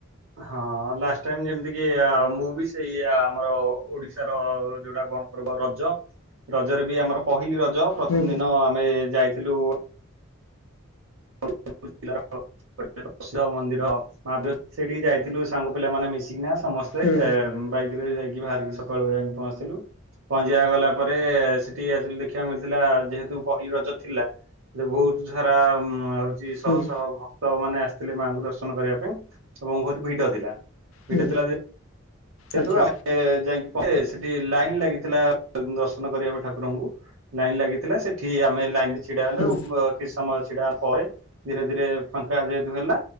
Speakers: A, on the right; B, on the left.
A: ହଁ ଲାଷ୍ଟ ଟାଇମ୍ ଯେମିତି କି ଅ ମୁଁ ବି ସେଇଆ ଆମର ଓଡିଶାର ଯୋଉଟା କଣ ରଜ, ରଜରେ ବି ଆମର ପହିଲି ରଜ ପ୍ରଥମ
B: ହୁଁ
A: ଦିନ ଆମେ ଯାଇଥିଲୁ <inaudible> ଗୋଟେ ପ୍ରସିଦ୍ଧ ମନ୍ଦିର ମା ବ୍ୟ ସେଠିକି ଯାଇଥିଲୁ ସାଙ୍ଗ ପିଲାମାନେ ମିଶିକିନା। ସମସ୍ତେ
B: ହୁଁ
A: ଏ ବାଇକ୍ ରେ ଯାଇକି ବାହାରିିକି ସକାଳୁ ଯାଇଁକି ପହଁଞ୍ଚିଥିଲୁ। ପହଁଞ୍ଚିବା ଗଲା ପରେ ସେଠିକି ଯାଇଥିଲୁ ଦେଖିବାକୁ ମିଳିଥିଲା ଯେହେତୁ ପହିଲି ରଜ ଥିଲା। ହେଟି ବହୁତ ଛାରା ଆଉ ଚି ଶହ
B: ହୁଁ
A: ଶହ ଭକ୍ତ ମାନେ ଆସିଥିଲେ ମାଆଙ୍କୁ ଦର୍ଶନ କରିବା ପାଇଁ ଏବଂ ବହୁତ ଭିଡ ଥିଲା। <unintelligible>
B: ହୁଁ ଆଚ୍ଛା
A: ଯେୁ ଆ ଯାଇକି ପ ସେଠି ଲାଇନ୍ ଲାଗିଥିଲା ଦର୍ଶନ କରିବା ପାଇଁ ଠାକୁରଙ୍କୁ। ଲାଇନ ଲାଗିଥିଲା ସେଠି ଆମେ ଲାଇନ ରେ ଛିଡା ହେଲୁ।
B: ହୁଁ
A: କିଛି ସମୟ ଛିଡା ପରେ ଧୀରେ ଧୀରେ ଫାଙ୍କା ଯେହେତୁ ହେଲା